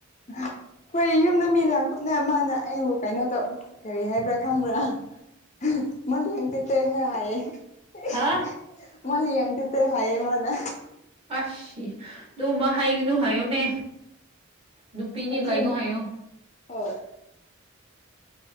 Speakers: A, on the left (about 35°); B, on the right (about 25°).
A: ꯑꯩꯈꯣꯏ ꯌꯨꯝꯗ ꯃꯤ ꯂꯥꯛꯄꯥꯅ ꯃꯥꯅ ꯑꯩꯕꯨ ꯀꯩꯅꯣ ꯇꯧ ꯀꯔꯤ ꯍꯥꯏꯕ꯭ꯔꯥ ꯈꯪꯕ꯭ꯔꯥ <unintelligible>
B: ꯍꯥꯥ
A: <unintelligible> ꯍꯥꯢꯌꯦ ꯃꯥꯅ
B: ꯑ ꯑꯗꯨꯝꯕ ꯍꯩꯒꯅꯨ ꯍꯥꯏꯌꯣꯅꯦ ꯅꯨꯄꯤꯅꯤ
A: ꯑꯗꯨꯅꯤ
B: ꯀꯥꯏꯩꯅꯣ ꯍꯥꯏꯌꯣ
A: ꯍꯣꯏ